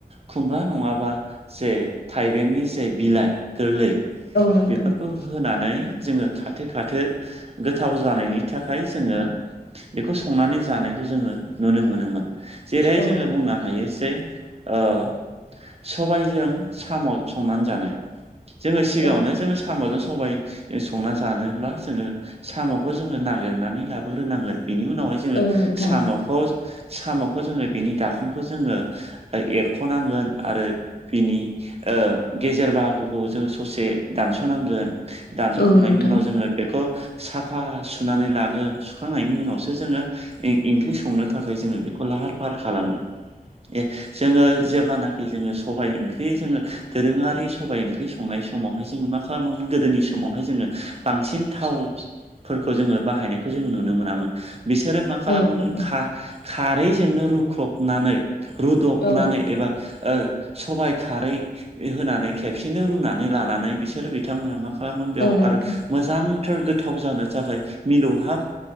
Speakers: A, on the right (about 40°); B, on the left (about 75°).
A: खुमब्रा नंङाबा जे थाइबेंनि जे बिलाइ गोरलै
B: नोंथां
A: बेफोरखौ
B: औ नोंथां औ नोंथां
A: होनानै जोङो खाथो खाथो गोथाव जानायनि थाखाय जोङो बेखौ संनानै जानायखौ जोङो नुनो मोनोमोन। जेरैहाय
B: औथ
A: जोङो बुंनो हायो जे ओ सबायजों साम' संनानै जानाय। जोङो सिगाङावनो
B: औ
A: जोङो साम'जों सबाय संना जानोब्ला जोङो साम'खौ जोङो नागिरनानै लाबोग्रोनांगोन बेनि उनावहाय जोङो
B: औ नोंथां
A: साम'खौ साम'खौ जोङो बिनि दाखोनखौ जोङो एरख'नांगोन आरो बिनि ओ गेजेर बाहागोखौ जोङो ससे दानस'नांगोन। दानस'खांनायनि
B: औ नोंथां
A: उनाव
B: औ नोंथां औ
A: जोङो बेखौ साफा सुनानै लागोन सुखांनायनि उनावसो जोंङो ओंख्रि संनो थाखाय जोंङो बेखौ लाहार फाहार खालामो ए जोंङो जेब्लानाखि जोंङो सबाइ ओंख्रि जोंङो दोरोङारि सबाइ ओंख्रि संनाय समावहाय जोंङो मा खालामोमोन गोदोनि सम समावहाय जोंङो बांसिन थावफोरखौ जोंङो बाहायनायखौ जों नुनो मोनामोन। बिसोरो मा खालामोम
B: नोंथां
A: खारैजोंनो रुखबनानै रुदबनानै
B: औ नोंथां औ
A: एबा ओ सबाय खारै होनानै खेबसेनो रुनानै लानानै बिसोरो बिथांमोनहा मा खालामोन बेयाव
B: नोंथां
A: आरो मो मोजांथार गोथाव जानो थाखाय मिलौहाब